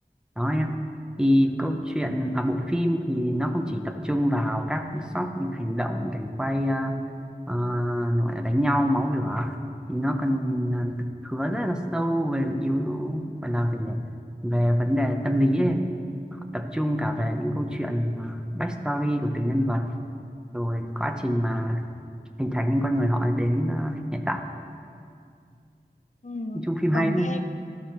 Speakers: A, in the centre; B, on the left (about 45°).
A: đó em thì câu chuyện ở bộ phim thì nó không chỉ tập trung vào các shot hành động cảnh quay ờ, ờ, gọi là đánh nhau máu lửa thì nó còn ờ, hứa rất là sâu về yếu gọi là về về vấn đề tâm lý ấy. tập trung cả về những câu chuyện ờ, backstory của từng nhân vật rồi quá trình mà hình thành những con người họ đến ờ, hiện tại
B: Ừm,
A: Nói chung phim
B: còn
A: hay lắm.
B: nghe